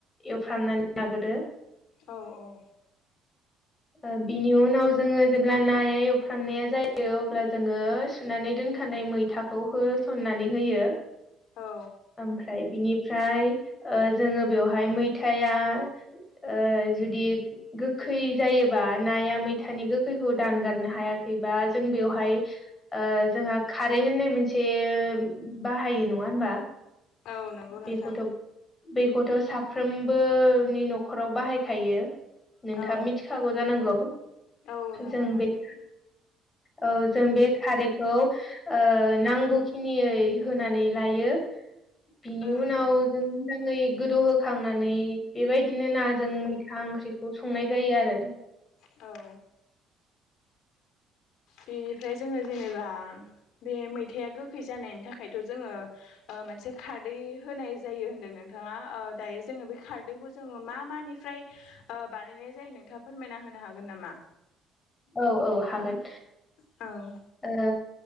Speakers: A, on the left; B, on the left.
A: एवफ्रामनानै लाग्रोयो।
B: औ औ
A: ओ बिनि उनाव जोङो जेब्ला नाया एवफ्रामनाया जायो अब्ला जोङो सुनानै दोनखा नाय मैथाखौ होसननानै होयो
B: औ
A: ओमफ्राय बिनिफ्राय ओ जोङो बेवहाय मैथाया ओ जुदि गोखै जायोबा नाया मैथानि गोखैखौ दानगारनो हायाखैबा जों बेवहाय ओ जोंहा खारै होननाय मोनसे बाहायो नङा होनबा
B: औ नंगौ
A: बेखौथ'
B: नोंथां
A: बेखौथ' साफ्रोमबोनि न'खराव बाहायखायो। नोंथाङा
B: औ
A: मिथिखागौ जानांगौ जों
B: औ नोंथां नंगौ
A: बे औ जों बे खारैखौ ओ नांगौखिनियै होनानै लायो बिनि
B: उम
A: उनाव
B: उम
A: जों मोजाङै गोदौ होखांनानै बेबायदिनो नाजों मैथा ओंख्रिखौ संनाय जायो आरो।
B: औ बेनिफ्राय जोङो जेनेबा बे मैथाया गोखै जानायनि थाखायथ' जोङो ओ मोनसे खारदै होनाय जायो होनदों नोंथाङा दायो जोङो बे खारदैखौ जों जों मा मानिफ्राय ओ बानायनाय जायो नोंथाङा फोरमायना होनो हागोन नामा?
A: औ औ हागोन।
B: औ
A: ओ